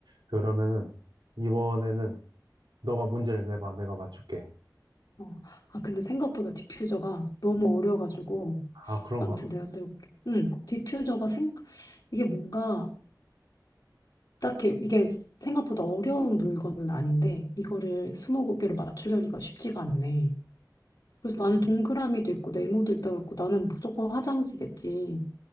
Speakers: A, on the right (about 85°); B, on the left (about 60°).
A: 그러면은 이번에는 너가 문제를 내봐. 내가 맞출게.
B: 어. 아, 근데 생각보다 디퓨저가 너무 어려워가지고.
A: 아, 그런가?
B: 아무튼 내가 떼볼게. 응, 디퓨저가 생, 이게 뭔가, 딱히, 이게 생각보다 어려운 물건은 아닌데, 이거를 스무고개로 맞추려니까 쉽지가 않네. 그래서 나는 동그라미도 있고, 네모도 있다고 했고, 나는 무조건 화장지겠지